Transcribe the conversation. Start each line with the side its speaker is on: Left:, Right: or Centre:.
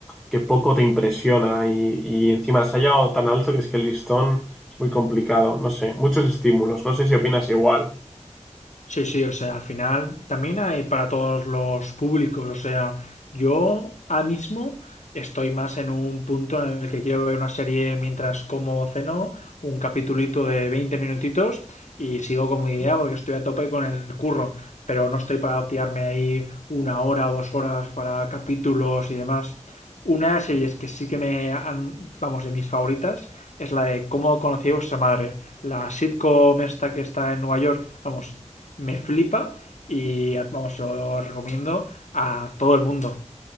Centre: que poco te impresiona y, y encima se ha llegado tan alto que es que el listón es muy complicado, no sé, muchos estímulos, no sé si opinas igual.
Left: Sí, sí, o sea, al final también hay para todos los públicos, o sea, yo ahora mismo estoy más en un punto en el que quiero ver una serie mientras como o ceno, un capitulito de 20 minutitos y sigo con mi idea porque estoy a tope con el curro, pero no estoy para tirarme ahí una hora o dos horas para capítulos y demás. Una de las series que sí que me han, vamos, de mis favoritas es la de Cómo conocí a vuestra madre, la sitcom esta que está en Nueva York, vamos me flipa y vamos, lo recomiendo a todo el mundo.